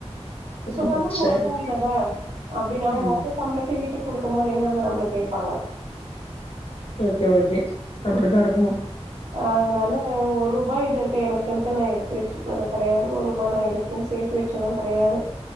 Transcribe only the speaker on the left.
ஓ
சரி
ம்
ஓகே ஓகே
அப்டித்தா இருக்கணு